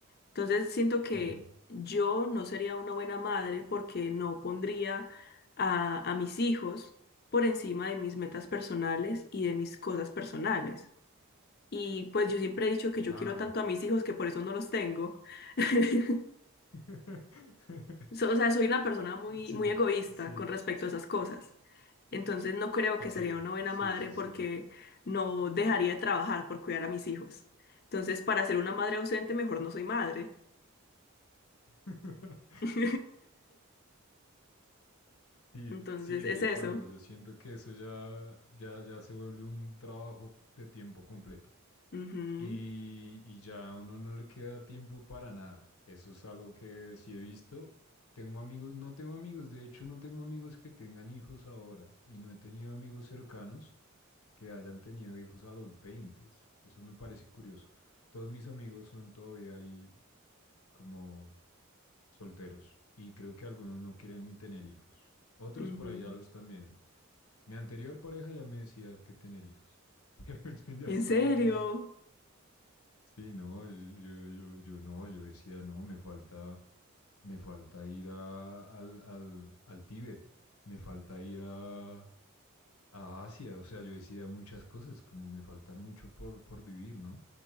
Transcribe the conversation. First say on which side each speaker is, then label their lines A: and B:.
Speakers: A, on the left; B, on the left.
A: Entonces siento que
B: -huh.
A: yo no sería una buena madre porque no pondría a, a mis hijos por encima de mis metas personales y de mis cosas personales. Y pues yo siempre he dicho que yo
B: Ajá.
A: quiero tanto a mis hijos que por eso no los tengo. <laughs>
B: <laughs>
A: So- o sea, soy una persona muy,
B: Sí,
A: muy egoísta
B: sí.
A: con respecto a esas cosas. Entonces no creo
B: Ok,
A: que sería una buena
B: sí,
A: madre
B: sí,
A: porque
B: sí.
A: no dejaría de trabajar por cuidar a mis hijos. Entonces, para ser una madre ausente, mejor no soy madre.
B: <laughs>
A: <laughs>
B: Sí,
A: Entonces,
B: sí,
A: es
B: de
A: eso.
B: acuerdo. Yo siento que eso ya, ya, ya se vuelve un trabajo de tiempo completo.
A: Ujú,
B: Y, y ya a uno no le queda tiempo para nada. Eso es algo que sí he visto. Tengo amigos, no tengo amigos, de hecho no tengo amigos que tengan hijos ahora y no he tenido amigos cercanos que hayan tenido hijos a los 20. Eso me parece curioso. Todos mis amigos son todavía ahí como solteros y creo que algunos no quieren ni tener hijos. Otros
A: ujú.
B: por ahí ya lo están viendo. Mi anterior pareja ya me decía que tener hijos, <laughs> pero yo ya
A: ¿En
B: estaba
A: serio?
B: como, Sí, no, yo, yo, yo, yo no, yo decía, no, me falta, me falta ir a- al, al, al Tíbet, me falta ir a, a Asia, o sea, yo decía muchas cosas, como me falta mucho por, por vivir, ¿no?